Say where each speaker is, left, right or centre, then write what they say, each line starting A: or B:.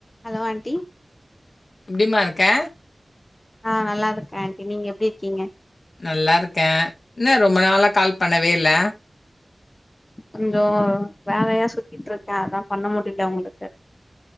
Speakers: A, on the left; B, on the left.
A: Hello aunty
B: எப்டிமா இருக்க
A: ஆ நல்லா இருக்கே ஆண்ட்டி நீங்க எப்டி இருக்கீங்க
B: நல்லா இருக்கே என்ன ரொம்ப நாளா கால் பண்ணவே இல்ல
A: கொஞ்சோ வேலையா சுத்திட்டு இருக்கே அதா பண்ண முடியல உங்களுக்கு